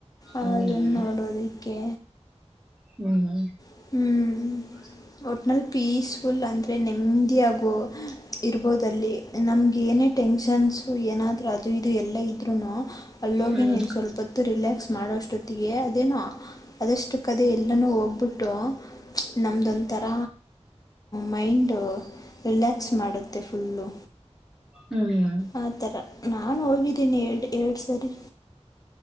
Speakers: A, in the centre; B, on the left.
A: ಹ್ಮ್
B: ಅದನ್ನೋಡೋದಕ್ಕೆ
A: ಹ್ಮ್
B: ಹ್ಮ್
A: <inaudible>
B: ಟ್ನಲ್ ಪೀಸ್ಫುಲ್ ಅಂದ್ರೆ ನೆಮ್ದಿ ಯಾಗು ಇರ್ಬೋದಲ್ಲಿ ನಮ್ಗೇನೇ ಟೆನ್ಷನ್ಸ್ ಏನಾದ್ರು ಅದು ಇದು ಎಲ್ಲ ಇದ್ರುನು ಅಲ್ಲೋಗಿ
A: ಹ್ಮ್
B: ನೀನ್ ಸ್ವಲ್ಪೊತ್ತು ರಿಲ್ಯಾಕ್ಸ್ ಮಾಡೋಷ್ಟೊತ್ತಿಗೆ ಅದೇನೋ ಅಷ್ಟು ಕದ ಎಲ್ಲನೂ ಹೋಗ್ಬಿಟ್ಟು ನಮ್ದೊಂಥರ ಮೈಂಡು ರಿಲ್ಯಾಕ್ಸ್ ಮಾಡುತ್ತೆ ಫುಲ್ಲು
A: ಹ್ಮ್್ಮ
B: ಆ ಥರ ನಾನು ಹೋಗಿದ್ದೀನಿ ಎರಡು ಎರಡು ಸರಿ